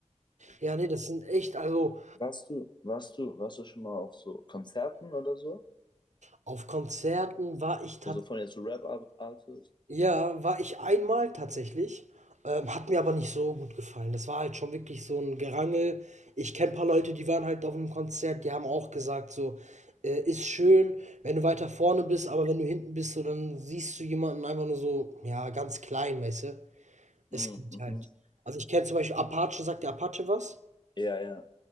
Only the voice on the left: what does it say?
Warst du, warst du, warst du schon mal auf so Konzerten oder so?
Also von jetzt so Rap-Artists?
Mhm,
mhm.
Ja, ja,